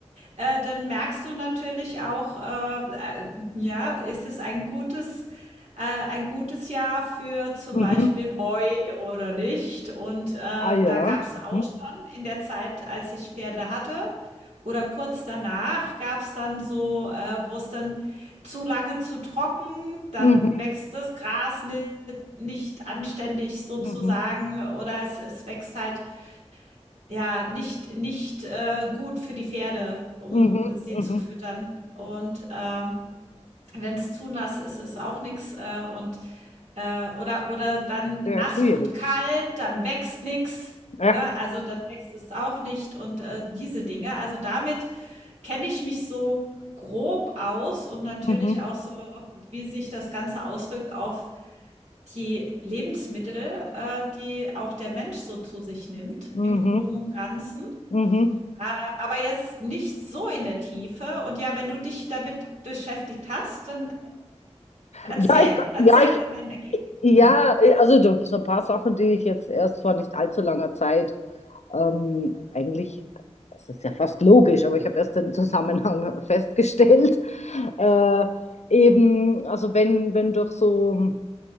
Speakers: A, on the right (about 85°); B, on the left (about 75°).
A: äh, dann merkst du natürlich auch, äh, äh, ja, ist es ein gutes, äh, ein gutes Jahr für zum
B: mhm.
A: Beispiel Heu oder nicht. Und äh, da
B: Ah ja.
A: gab es auch
B: Mhm.
A: schon in der Zeit, als ich Pferde hatte. Oder kurz danach gab es dann so, äh, wo es dann zu lange zu trocken, dann
B: Mhm.
A: wächst das Gras nicht, nicht anständig sozusagen
B: Mhm.
A: oder es, es wächst halt ja, nicht nicht, äh, gut für die Pferde, um
B: Mhm.
A: sie
B: Mhm.
A: zu
B: Mhm.
A: füttern. Und, ähm, wenn es zu nass ist, ist auch nichts äh, und, äh oder oder dann
B: Sehr
A: nass
B: schwierig.
A: und kalt, dann wächst nichts
B: Ja.
A: ne? Also, dann wächst es auch nicht und, äh, diese Dinge. Also, damit kenne ich mich so grob aus und natürlich
B: Mhm.
A: auch so, wie sich das Ganze auswirkt auf die Lebensmittel, äh, die auch der Mensch so zu sich nimmt
B: Mhm.
A: im Groben und Ganzen.
B: Mhm.
A: Äh, aber jetzt nicht so in der Tiefe. Und ja, wenn du dich damit beschäftigt hast, dann erzähl,
B: Ja, ich,
A: erzähl
B: ja, ich,
A: von deinen Ergebnissen.
B: ja, äh, also du- so ein paar Sachen, die ich jetzt erst vor nicht allzu langer Zeit ähm, eigentlich, es ist ja fast logisch, aber ich habe erst den Zusammenhang <laughs> festgestellt. Äh, eben, also wenn, wenn durch so